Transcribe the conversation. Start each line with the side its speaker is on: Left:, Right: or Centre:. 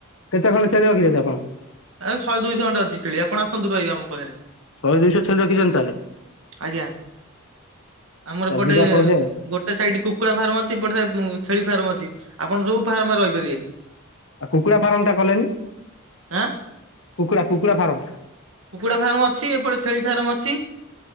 Left: କେତେ ଖଣ୍ଡେ ଛେଳି ରଖିଛନ୍ତି ଆପଣ‌?
Right: ଏ ଶହେ ଦୁଇଶହ ଖଣ୍ଡେ ଅଛି ଛେଳି ଆପଣ ଆସନ୍ତୁ ରହିବେ ଆମ ପାଖରେ
Left: ଶହେ ଦୁଇଶହ ଛେଳି ରଖିଛନ୍ତି ତାହଲେ?
Right: ଆଜ୍ଞା। ଆମର ଏପଟେ
Left: ଯିବା କହୁଛେ ଆଉ
Right: ଗୋଟେ ସାଇଟ କୁକୁଡା ଫାର୍ମ ଅଛି, ଏପଟ ସାଇଟ ଛେଳି ଫାର୍ମ ଅଛି, ଆପଣ ଯୋଉ ଫାର୍ମ ରେ ରହିପାରିବେ।
Left: ଆଉ କୁକୁଡ଼ା ଫାରମ ଟା କଲେନି,
Right: ଆଁ
Left: କୁକୁଡ଼ା କୁକୁଡ଼ା ଫାର୍ମ?
Right: କୁକୁଡ଼ା ଫାର୍ମ ଅଛି, ଏପଟେ ଛେଳି ଫାର୍ମ ଅଛି।